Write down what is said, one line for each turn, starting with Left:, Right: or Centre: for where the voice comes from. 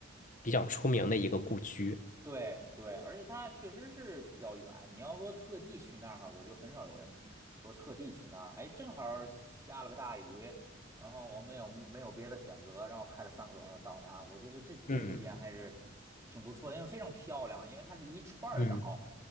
Left: 比较出名的一个故居，
Right: 对对，而且它确实是比较远。你要说特地去那儿，我觉得很少有人说特地去那儿。哎，正好儿下了个大雨，然后我没有没有别的选择，然后开了三个多小时到那儿。我觉得这这个体验还是挺不错的，
Left: 嗯
Right: 因为非常漂亮，因为它是一串儿岛，
Left: 嗯，